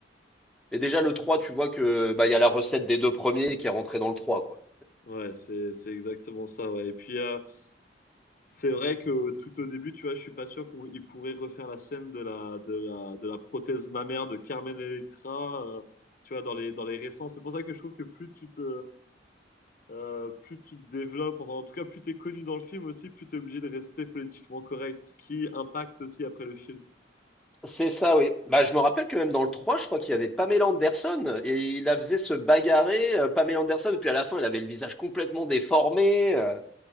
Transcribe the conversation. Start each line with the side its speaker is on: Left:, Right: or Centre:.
Centre: Mais déjà, le 3, tu vois que bah, il y a la recette des deux premiers qui est rentrée dans le trois quoi.
Left: ouais, c'est c'est exactement ça, ouais. Et puis, euh, c'est vrai que euh, tout au début, tu vois, je suis pas sûr qu'ils pourraient refaire la scène de la, de la, de la prothèse mammaire de Carmen Electra, euh, tu vois, dans les, dans les récents. C'est pour ça que je trouve que plus tu te, euh, plus tu te développes, enfin en tout cas plus t'es connu dans le film aussi, plus t'es obligé de rester politiquement correct, ce qui impacte aussi après le film.
Centre: C'est ça, oui. Bah, je me rappelle que même dans le 3, je crois qu'il y avait Pamela Anderson et il la faisait se bagarrer. euh, Pamela Anderson, et puis à la fin, elle avait le visage complètement déformé. euh,